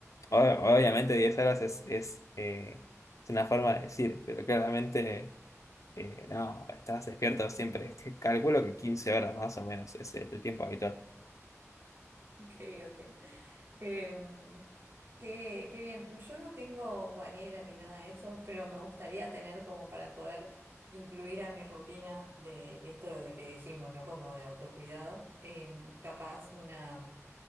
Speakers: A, on the left (about 75°); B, on the right (about 50°).
A: Ob- obviamente 10 horas es, es, eh, es una forma de decir, pero claramente eh, no, estás despierto siempre. Calculo que 15 horas más o menos es el el tiempo habitual.
B: Ok, ok. Em, qué, qué bien. Yo no tengo bañera ni nada de eso, pero me gustaría tener como para poder incluir a mi rutina de esto de que dijimos, ¿no? Como de autocuidado. em, capaz una